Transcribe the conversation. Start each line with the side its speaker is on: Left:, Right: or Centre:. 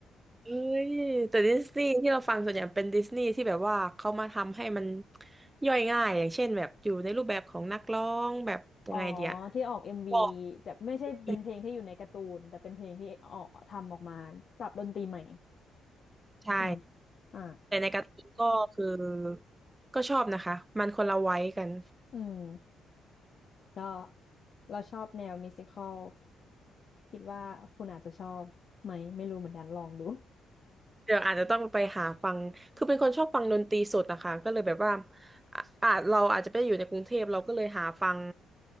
Right: เอ้ยแต่ดิสนีย์ที่เราฟังส่วนใหญ่เป็นดิสนีย์ที่แบบว่าเขามาทำให้มันย่อยง่ายอย่างเช่นแบบอยู่ในรูปแบบของนักร้องแบบยังไงเดีย
Left: อ๋อที่ออกเอ็มวี
Right: ก็
Left: แต่ไม่ใช่เป็นเพลงที่อยู่ในการ์ตูนแต่เป็นเพลงที่ออกทำออกมาปรับดนตรีใหม่
Right: อีกใช่
Left: ใช่ไหมอ่า
Right: แต่ในการ์ตูนก็คือก็ชอบนะคะมันคนละไว้กัน
Left: อืมก็เราชอบแนวมิวสิคอลคิดว่าคุณอาจจะชอบไหมไม่รู้เหมือนกันลองดู
Right: เดี๋ยวอาจจะต้องไปหาฟัง คือเป็นคนชอบฟังดนตรีสดนะคะ ก็เลยแบบว่าอ่ะอาจเราอาจจะไปอยู่ในกรุงเทพเราก็เลยหาฟัง